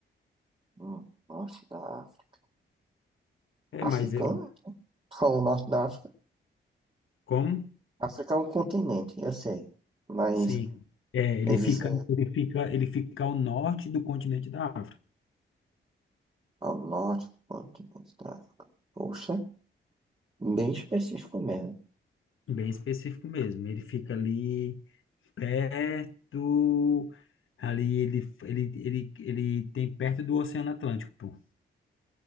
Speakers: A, on the right (about 25°); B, on the left (about 75°).
A: hum, norte da África.
B: É, mas
A: Africana?
B: eu,
A: Tu falou norte da África?
B: como?
A: África é um continente, eu sei. Mas
B: Sim. É, ele
A: existe.
B: fica, ele fica, ele fica ao norte do continente da África.
A: Ao norte do ponto de vista da África. Poxa, bem específico mesmo.
B: Bem específico mesmo. Ele fica ali. perto ali ele ele, ele ele tem perto do Oceano Atlântico, pô.